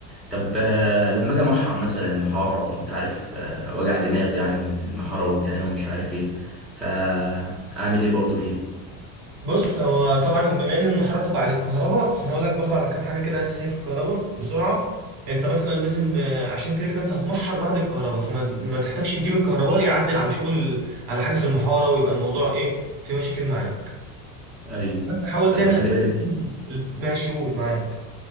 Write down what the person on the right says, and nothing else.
بص هو طبعا بما إن المحارة تبقى بعد الكهرباء فأنا أقول لك برضه على كام حاجة كده أساسية في الكهرباء بسرعة أنت مثلا لازم آه، عشان كده كده أنت هتمحر بعد الكهرباء فما ما تحتاجش تجيب الكهرباء يعدل على شغل ال- على حاجة في المحارة ويبقى الموضوع إيه في مشاكل معاه
ما انت حاول
تعمل
اساسات
ال...
ال- ماشي قول معاك